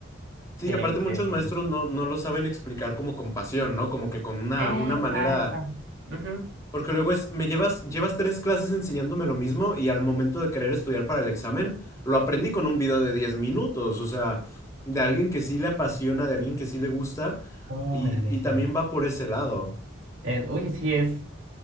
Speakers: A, on the left (about 15°); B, on the right (about 85°).
A: sí,
B: que,
A: y aparte muchos
B: que sí.
A: maestros no, no lo saben explicar como con pasión, ¿no? Como que con una,
B: Eh,
A: una manera,
B: pa, eh, pa. Ujú.
A: porque luego es, me llevas, llevas tres clases enseñándome lo mismo y al momento de querer estudiar para el examen, lo aprendí con un video de 10 minutos, o sea, de alguien que sí le apasiona, de alguien que sí le gusta
B: Oh,
A: y,
B: dale,
A: y
B: sí.
A: también va por ese lado.
B: Eh, uy, sí, es